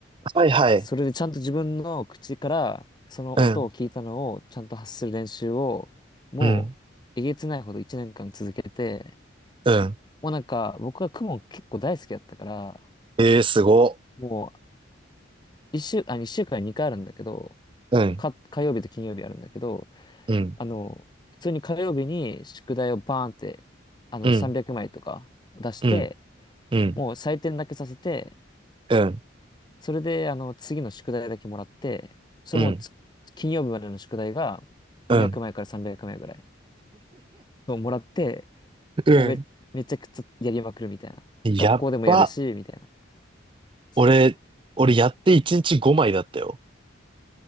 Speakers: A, on the right (about 25°); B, on the left (about 20°).
A: はいはい。
B: それでちゃんと自分の口から、その音を聞いたのをちゃんと発する練習を、
A: うん、
B: もう、
A: うん、
B: えげつないほど1年間続けて、
A: うん。
B: もうなんか、僕は公文結構大好きだったから、
A: ええすご。
B: もう、一週、あ、一週間に2回あるんだけど、
A: うん、
B: か、火曜日と金曜日あるんだけど、
A: うん、
B: あの、普通に火曜日に宿題をバーンって、あの、
A: うん、
B: 300枚とか出して、
A: うん、うん、
B: もう採点だけさせて、
A: うん、
B: それで、あの、次の宿題だけもらって、それもつ金曜日までの宿題が200枚から300枚ぐらい
A: うん、うん。
B: をもらって、
A: うん
B: もうめ、めちゃくちゃやりまくるみたいな。
A: やっば。
B: 学校でもやるし、みたいな。そう。
A: 俺、俺やって1日5枚だったよ。